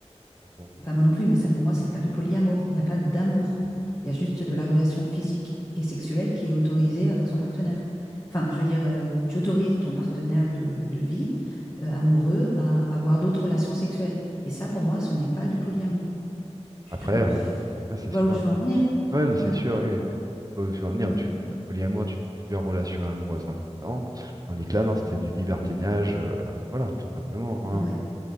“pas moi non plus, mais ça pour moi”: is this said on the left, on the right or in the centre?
Left